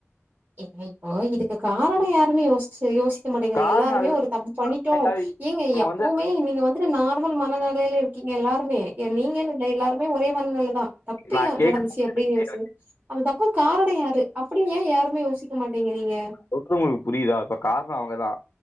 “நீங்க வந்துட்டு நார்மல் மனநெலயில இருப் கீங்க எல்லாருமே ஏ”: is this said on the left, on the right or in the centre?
Right